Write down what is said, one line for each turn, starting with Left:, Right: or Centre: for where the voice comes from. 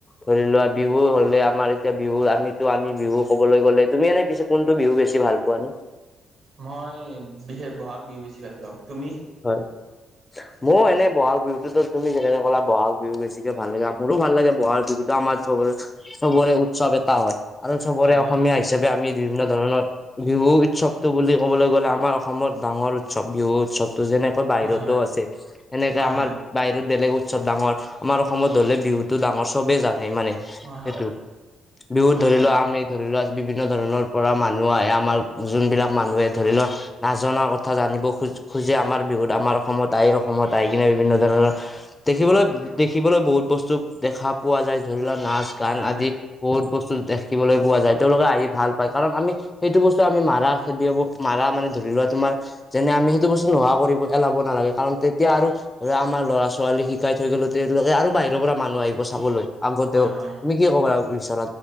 Left: ধৰি লোৱা বিহু হ'লে আমাৰ এতিয়া বিহু আমিতো আমি বিহু ক'বলৈ গ'লে তুমি এনে পিছত কোনটো বিহু বেছি ভাল পোৱা?
Right: মই বিহে বহাগ বিহু বেছি ভাল পাওঁ, তুমি?
Left: হয়। মওঁ এনে বহাগ বিহুতো তুমি যেনেকে ক'লা বহাগ বিহু বেছিকে ভাল লাগে মোৰো ভাল লাগে বহাগ বিহু আমাৰ চবৰে-চবৰে উৎসৱ এটা হয় আৰু চবৰে
Right: হয়
Left: অসমীয়া
Right: হয়
Left: হিচাপ আমি বিভিন্ন ধৰণৰ বিহু উৎসৱটো বুলি ক'বলৈ গ'লে আমাৰ অসমত ডাঙৰ উৎসৱ বিহু উৎসৱ যেনেকৈ বাহিৰতো
Right: হয় হয়
Left: আছে সেনেকে
Right: হয়
Left: আমাৰ
Right: হয়
Left: বাহিৰত বেলেগ উৎসৱ ডাঙৰ আমাৰ অসমত ধৰিলে বিহুটো ডাঙৰ চবে জানে মানে
Right: হয়
Left: সেইটো, বিহুত
Right: হয়
Left: ধৰি
Right: হয় হয়
Left: লওঁ আমি ধৰি লোৱা বিভিন্ন ধৰণৰ পৰা মানুহ আহে আমাৰ যোনবিলাক মানুহে ধৰি লোৱা নাজনা কথা জানিব খোজ খোজে আমাৰ বিহুত আমাৰ অসমত আহি অসমত আহি কিনে বিভিন্ন ধৰণৰ দেখিবলৈ-দেখিবলৈ বহুত বস্তু দেখা পোৱা যায় ধৰি লোৱা নাচ গান
Right: হয় হয়
Left: আদি বহুত বস্তু দেখিবলৈ পোৱা যায়, তেওঁলোকে আহি ভাল পায় কাৰণ আমি সেইটো বস্তু আমি মাৰা খেদি মাৰা মানে ধৰি লোৱা তোমাৰ যেনে আমি টো বস্তু নোহোৱা কৰিব পেলাব নালাগে কাৰণ তেতিয়া আৰু আৰু আমাৰ ল'ৰা ছোৱালী শিকাই থৈ গ'লে তেওঁলোকে আৰু বাহিৰৰ পৰা মানুহ আহিব চাবলৈ। আগতেও
Right: হয় হয়
Left: তুমি কি ক'বা